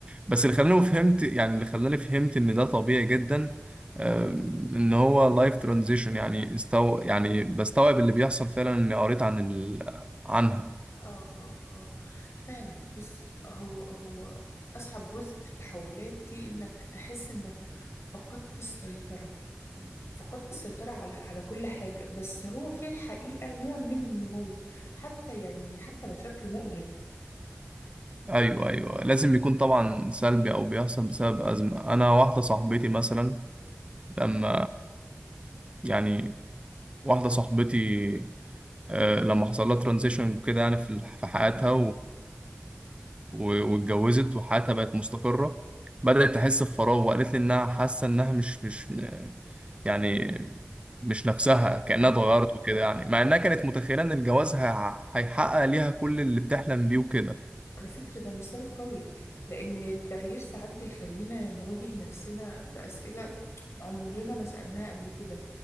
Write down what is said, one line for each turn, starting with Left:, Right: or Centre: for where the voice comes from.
Right: بس اللي خلاني فهمت يعني اللي خلاني فهمت ان ده طبيعي جدا أم، ان هو لايف ترانزيشن يعني استو يعني بستوعب اللي بيحصل فعلا اني قريت عن ال... عنها
Left: اه اه اه فعلا بص هو هو أصعب جزء في التحولات دي إنك تحس إنك فقدت السيطرة فقدت السيطرة على على كل حاجة بس هو في الحقيقة نوع من النمو حتى يعني حتى لو شكله مؤلم
Right: ايوه ايوه لازم يكون طبعا سلبي او بيحصل بسبب ازمه انا واحده صاحبتي مثلا لما يعني واحده صاحبتي آه، لما حصل لها ترانزيشن كده يعني في في حياتها و- واتجوزت وحياتها بقت مستقرة بدأت تحس بفراغ وقالت لي إنها حاسة إنها مش مش م- يعني مش نفسها كأنها
Left: آه
Right: اتغيرت وكده يعني مع إنها كانت متخيلة إن الجواز ه- هيحقق ليها كل اللي بتحلم بيه وكده
Left: على فكرة ده مثال قوي لأن التغيير ساعات بيخلينا نواجه نفسنا بأسئلة عمرنا ما سألناها قبل كده